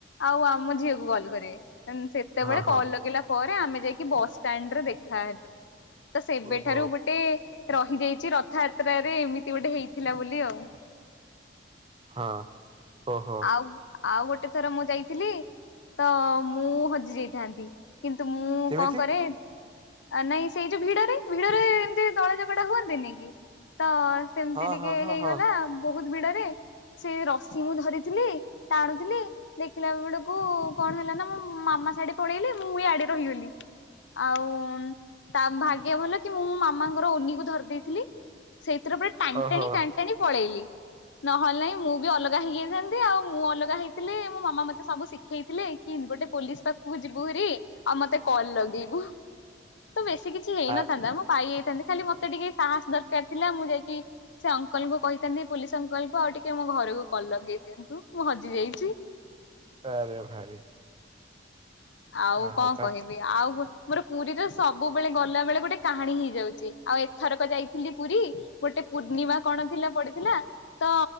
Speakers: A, on the left; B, on the right.
A: ଆଉ ଆମ ଝିଅକୁ କଲ୍ କରିବେ। ଦେନ୍, ସେତେବେଳେ
B: ହଁ ହଁ
A: କଲ୍ ଲଗେଇଲା ପରେ, ଆମେ ଯାଇକି ବସ୍ ଷ୍ଟାଣ୍ଡ ରେ ଦେଖାହେଲୁ। ତ ସେବେଠାରୁ
B: ଓହୋ
A: ଗୋଟେ ରହିଯାଇଛି ରଥଯାତ୍ରାରେ, ଏମିତି ଗୋଟେ ହେଇଥିଲା ବୋଲି ଆଉ।
B: ହଁ। ଓହୋ
A: ଆଉ, ଆଉ ଗୋଟେ ଥର ମୁଁ ଯାଇଥିଲି, ତ ମୁଁ ହଜି ଯାଇଥାନ୍ତି। କିନ୍ତୁ ମୁଁ
B: କେମିତି
A: କଣ କରେ ଆ ନାଇଁ ସେଇ ଯୋଉ ଭିଡରେ, ଭିଡରେ ଏମିତି ଦଳା ଚକଡା ହୁଅନ୍ତିନି କି, ତ ସେମିତି
B: ହଁ
A: ଟିକେ
B: ହଁ ହଁ
A: ହେଇଗଲା
B: ହଁ
A: ବୋହୁତ୍ ଭିଡରେ, ସେ ରସି ମୁଁ ଧରି ଥିଲି, ଟାଣୁଥିଲି ଦେଖିଲା ବେଳକୁ, କଣ ହେଲା ନା, ମୋ ମାମା ସିଆଡେ ପଳେଇଲା ମୁଁ ଇଆଡେ ରହିଗଲି। ଆଉ ତା ଭାଗ୍ୟ ଭଲ କି ମୁଁ ମୋ ମାମାଙ୍କର ଓନିକୁ ଧରି ଦେଇେଥିଲି। ସେଇଥିରେ ପୁରା ଟାଣି,
B: ଓହୋ
A: ଟାଣି, ଟାଣି ପଳେଇଲି। ନହେଲେ ନାହିଁ ମୁଁ ବି ଅଲଗା ହେଇ ହେଇଥାନ୍ତି ଆଉ। ମୁଁ ଅଲଗା ହେଇଥିଲେ ମୋ ମାମା ମତେ ସବୁ ଶିଖେଇଥିଲେ କି ଗୋଟେ ପୋଲିସ୍ ପାଖକୁ ଯିବୁ ହାରି ଆଉ ମତେ କଲ୍ ଲଗେଇବୁ। ତ ବେଶୀ କିଛି ହେଇନଥାନ୍ତା
B: ଆ
A: ମୋ ପାଇ ହେଇଥାନ୍ତି ଖାଲି ମତେ ଟିକେ ସାହସ ଦରକାର ଥିଲା ମୁଁ ଯାଇକି ସେ ଅଙ୍କଲ କୁ କହିଥାନ୍ତି ପୋଲିସ ଅଙ୍କଲ କୁ ଆଉ ଟିକେ ମୋ ଘରକୁ କଲ ଲଗେଇ ଦିଅନ୍ତୁ ମୁଁ ହଜି ଯାଇଛି।
B: ଆରେ ଭାଇ।
A: ଆଉ
B: ଓହୋ
A: କଣ
B: ତା
A: କହିବି ଆଉ ଗୋଟେ ମୋର ପୁରୀର ସବୁବେଳେ ଗଲା ବେଳେ ଗୋଟେ କାହାଣୀ ହେଇଯାଉଛି ଆଉ ଏଥରକ ଯାଇଥିଲି ପୁରୀ। ଗୋଟେ ପୂର୍ଣ୍ଣିମା କଣ ଥିଲା ପଡିଥିଲା ତ